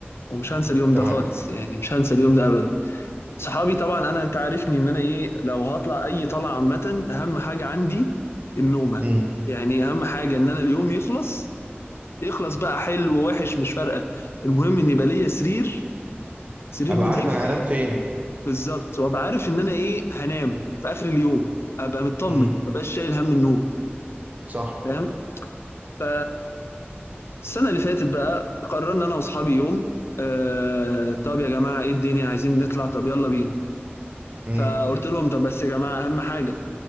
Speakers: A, on the left (about 75°); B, on the right (about 40°).
A: ومش هنسى اليوم
B: تمام
A: ده خالص يعني مش هنسى اليوم ده أبدا صحابي طبعا أنا أنت عارفني إن أنا إيه لو هطلع أي طلعة عامة أهم حاجة عندي النومة
B: امم
A: يعني أهم حاجة إن أنا اليوم يخلص يخلص بقى حلو ووحش مش فارقه المهم ان يبقى ليا سرير سرير
B: ابقى
A: نضيف
B: عارف انا هنام فين
A: بالظبط وابقى عارف ان انا ايه هنام في اخر اليوم ابقى مطمن
B: امم
A: ما بقاش شايل هم النوم
B: صح
A: فاهم ف السنه اللي فاتت بقى قررنا انا واصحابي يوم آه طب يا جماعه ايه الدنيا عايزين نطلع طب يلا بينا
B: امم
A: فقلت لهم طب بس يا جماعه اهم حاجه